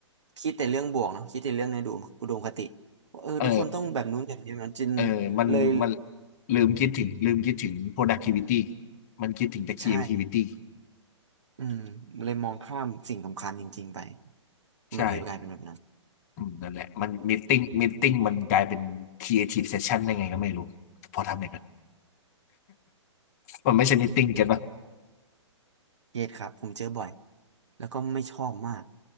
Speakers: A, on the right (about 70°); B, on the left (about 35°).
A: คิดแต่เรื่องบวกเนาะคิดแต่เรื่องในอุดมอุดมคติว่าเออทุกคนต้องแบบนู้นแบบนี้นะจึง
B: เออเออมันมัน
A: เลย
B: ลืมคิดถึงลืมคิดถึง productivity มันคิดถึงแต่
A: ใช่
B: creativity
A: อืมเลยมองข้ามสิ่งสำคัญจริงๆไป
B: ใช่
A: มันเลยกลายเป็นแบบนั้น
B: อืมนั่นแหละมันมีติ้งมีติ้งมันกลายเป็น creative session ได้ไงก็ไม่รู้พอทำอย่างนั้นมันไม่ใช่มีติ้งเก็ตป่ะ
A: อืมเครียดครับผมเจอบ่อยแล้วก็ไม่ชอบมาก